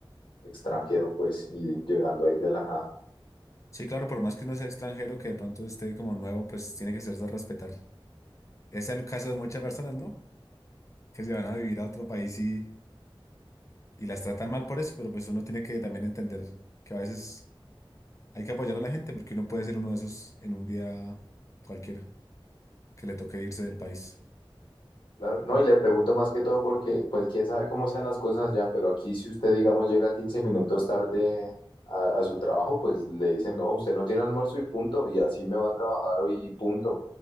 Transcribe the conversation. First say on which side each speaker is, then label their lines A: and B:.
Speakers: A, on the left (about 60°); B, on the left (about 35°).
A: extranjero, pues, y llegando ahí de la nada.
B: Sí, claro, por más que uno sea extranjero, que de pronto esté como nuevo, pues tiene que ser de respetar. Es el caso de muchas personas, ¿no? Que se van a vivir a otro país y, y las tratan mal por eso, pero pues uno tiene que también entender que a veces hay que apoyar a la gente porque uno puede ser uno de esos en un día cualquiera. que le toque irse del país.
A: Claro, no, y le pregunto más que todo porque pues quién sabe cómo sean las cosas ya, pero aquí si usted, digamos, llega 15 minutos tarde a, a su trabajo, pues le dicen, no, usted no tiene almuerzo y punto, y así me va a trabajar hoy y punto.